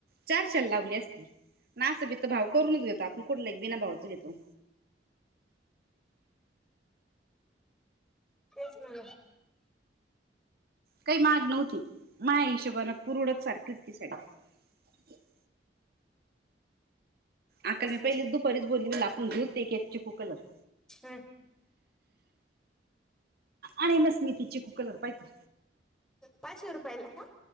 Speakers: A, on the right; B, in the centre.
A: चारशे ला लावली असती ना अस बी तर भाऊ करूनच घेतो आपण कुठले एक बी ना भाऊ घेतो
B: त्योच म्हन
A: काही माग नव्हती माझ्या हिशोबान पुरउडत सारखीच होती साडी <inaudible> अका
B: असं
A: ला मी पहिलेच दुपारीच बोललीच मला आपण घेऊ एक एक चीकु कलर
B: हम्
A: आणि लस नी चिकू कलर पाहि -
B: पाचशे रुपयला का